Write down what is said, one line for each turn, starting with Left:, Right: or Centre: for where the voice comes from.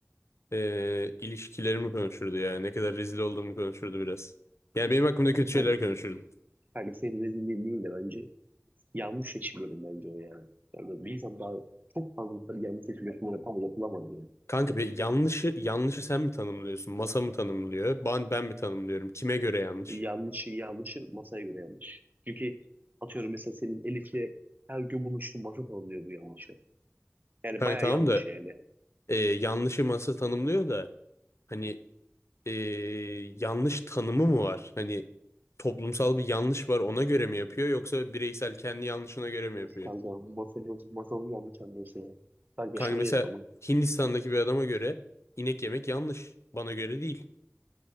Left: Ee, ilişkilerimi konuşurdu ya. Ne kadar rezil olduğumu konuşurdu biraz. Yani benim hakkımda kötü
Right: hani
Left: şeyler
Right: ben
Left: konuşurdu.
Right: kardeşlerin rezilliği değil de bence yanlış seçimlerim bence o yani. Yani böyle bir insan daha çok fazla tabii yanlış seçim yapımı yapamaz, yapılamaz yani.
Left: Kanka bir yanlışı yanlışı sen mi tanımlıyorsun? Masa mı tanımlıyor? Ben ben mi tanımlıyorum? Kime göre yanlış?
Right: Yanlışı yanlışı masaya göre yanlış. Çünkü atıyorum mesela senin Elif'le her gün buluştuğun masa tanımlıyor bu yanlışı. Yani
Left: Kanka
Right: bayağı
Left: tamam
Right: yanlış
Left: da
Right: yani.
Left: e, yanlışı masa tanımlıyor da. Hani e, yanlış tanımı mı var? Hani toplumsal bir yanlış var ona göre mi yapıyor yoksa bireysel kendi yanlışına göre mi
Right: Yok
Left: yapıyor?
Right: kanka masanın, masanın yanlış anlıyorsun ya. Kanka
Left: Kanka
Right: şöyle
Left: mesela
Right: yapalım.
Left: Hindistan'daki bir adama göre inek yemek yanlış. Bana göre değil.